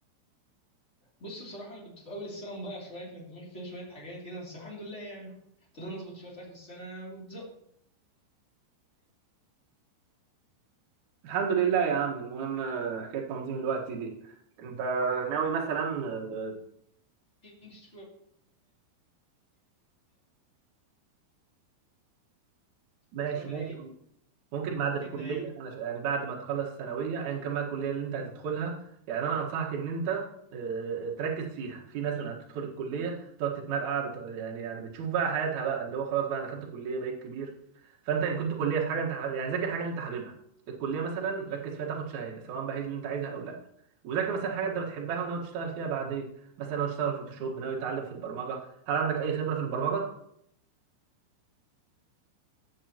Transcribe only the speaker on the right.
الحمد لله يا عم المهم آه، حكايه تنظيم الوقت دي انت ناوي مثلا آه،
ماشي
ممكن ممكن بعد الكليه
انا ش- يعني بعد ما تخلص الثانويه ايا كان بقى الكليه اللي انت هتدخلها يعني انا انصحك ان انت آه، تركز فيها في ناس اللي هتدخل الكليه تقعد تتمرقع بت... يعني يعني بتشوف بقى حياتها بقى اللي هو خلاص بقى انا خدت كليه بقيت كبير فانت ان كنت كليه في حاجه انت ح- يعني ذاكر حاجه اللي انت حاببها الكليه مثلا ركز فيها تاخد شهاده سواء بقى هي دي اللي انت عايزها او لا وذاكر مثلا حاجه انت بتحبها وناوي تشتغل فيها بعدين مثلا ناوي تشتغل فوتوشوب ناوي تتعلم في البرمجه هل عندك اي خبره في البرمجه